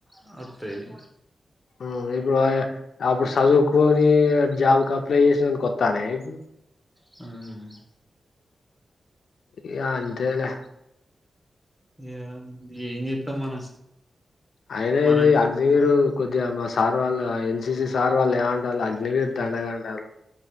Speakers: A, in the centre; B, on the left.
A: <inaudible> అతయి!
B: హ్మ్, ఇప్పుడు అయే. అప్పుడు, సదువుకొని జాబ్‌కి అప్. అప్లై చేసినందుకు, వోతనై ఇప్పుడు.
A: హ్మ్.
B: ఇగ అంతేలే!
A: ఏం, ఏంజేతం మనం?
B: అయినా
A: మనం
B: ఇది అగ్నివీర్? కొద్దిగా! మా సార్ వాళ్ల, ఎన్‌సీసీ సార్ వాళ్లు ఏమంటాన్లు అగ్నివీర్ దండగ అంటాన్లూ.